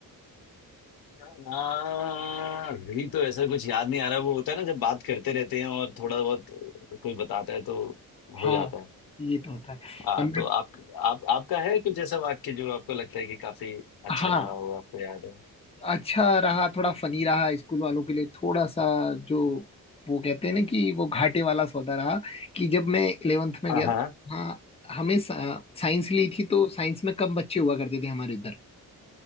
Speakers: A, on the left; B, on the left.
A: हाँ अभी तो ऐसा कुछ याद नहीं आ रहा वो होता है ना जब बात करते रहते हैं और थोड़ा बहुत कोई बताता है तो
B: हाँ
A: हो जाता है
B: ये तो होता है
A: हाँ
B: हम-
A: तो आप आप आपका है कुछ ऐसा वाक्य जो आपको लगता है कि काफी अच्छा
B: हाँ
A: रहा हो आपको याद है
B: अच्छा रहा थोड़ा फनी रहा स्कूल वालों के लिए थोड़ा सा जो वो कहते हैं ना कि वो घाटे वाला सौदा रहा कि जब मैं इलेवेंथ में
A: हाँ
B: गया
A: हाँ
B: हाँ हमें साइंस ली थी तो साइंस में कम बच्चे हुआ करते थे हमारे उधर